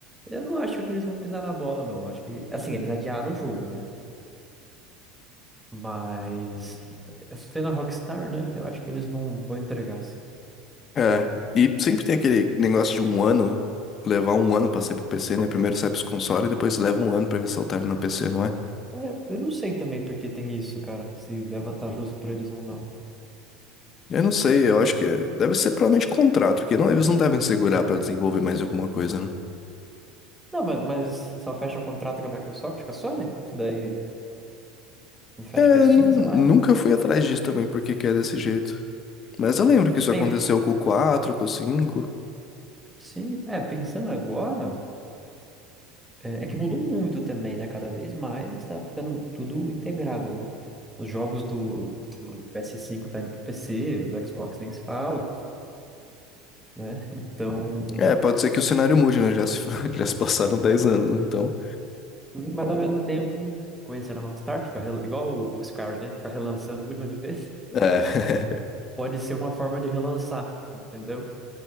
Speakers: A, in the centre; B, on the left.
A: eu não acho que eles vão pisar na bola, não. Acho que, assim, eles adiaram o jogo, né? Mas, sendo a Rockstar, né? Eu acho que eles vão, vão entregar, assim
B: É, e sempre tem aquele negócio de um ano, levar um ano pra ser pro PC, né? Primeiro sai pros consoles e depois leva um ano pra ver se altera no PC, não é?
A: É, eu não sei também porque tem isso, cara. Se é vantajoso pra eles ou não.
B: Eu não sei, eu acho que é- deve ser provavelmente contrato, porque não, eles não devem segurar pra desenvolver mais alguma coisa, né?
A: Não, mas, mas só fecha contrato com a Microsoft, com a Sony? Daí não fecha
B: É,
A: com a Steam,
B: nu-
A: sei
B: nunca
A: lá?
B: fui atrás disso também, porque que é desse jeito. Mas eu lembro que isso
A: Pen-
B: aconteceu com o 4 com o cinco
A: Sim, é, pensando agora. É, é que mudou muito também, né? Cada vez mais tá ficando tudo integrado, né? Os jogos do, do PS5 tá indo pro PC, do Xbox nem se fala, né? Então,
B: É, pode ser que o cenário mude, né? Já se, <laughs> já se passaram dez anos, né? Então.
A: mas ao mesmo tempo, conhecendo a Rockstar, fica rel- igual o o Skyrim, né? Fica relançando um milhão de <laughs> vezes.
B: É. <laughs>
A: Pode ser uma forma de relançar, entendeu?